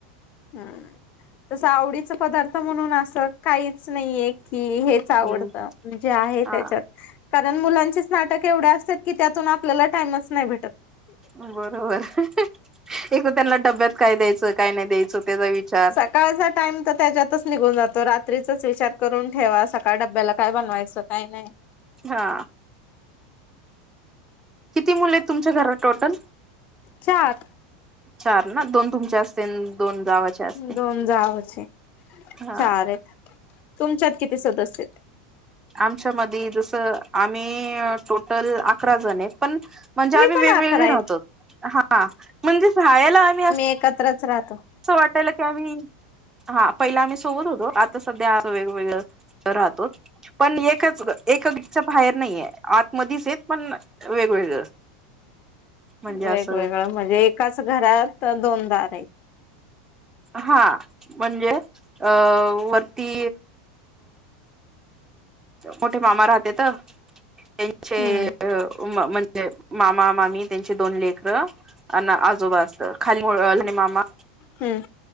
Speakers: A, on the left; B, on the right.
A: हम्म तस आवडीचा पदार्थ म्हणून असं काहीच नाहीये की हे च आवडत
B: हम्म
A: जे आहे
B: हा
A: त्याच्यात कारण मुलांचेच नाटक एवढं असता त की त्यातून आपल्याला टाइमच नाही भेटत.
B: बरोबर, एक तर त्यांना डब्यात काय द्यायचं काय नाही द्यायचं त्याचा विचार
A: सकाळचा टाइम तर त्याच्यातच निघून जातो, रात्रीचाच विचार करून ठेवा सकाळ डब्याला काय बनवायचं. काही नाही,
B: हा किती मुले आहेत तुमच्या घरात टोटल?
A: चार
B: चार ना दोन तुमच्या असतील दोन जावचे असतील
A: दोन जावचे
B: हा.
A: चार आहेत तुमच्यात किती सदस्य?
B: आमच्या मधी जसं आम्ही टोटल अकरा जण आहेत पण म्हणजे आम्ही
A: पण
B: वेगवेगळे
A: अकरा आहेत
B: राहतो. हा म्हणजे राहायला आम्ही अस
A: एकत्र च राहतो.
B: अस वाटाल की आम्ही हा पहिला आम्ही सोबत होतो आता सध्या वेगवेगळं राहतोत. पण एकच एक गीच्या बाहेर नाहीये आत मधेच येत पण वेगवेगळं म्हणजे असं
A: वेगवेगळं म्हणजे एकाच घरात दोन दार आहेत.
B: हा म्हणजे अ वरती मोठे मामा राहतेत त्यांचे
A: हम्म
B: म्ह जे मामा मामी त्यांची दोन लेकर अण आजोबा असत खाली मामा
A: हम्म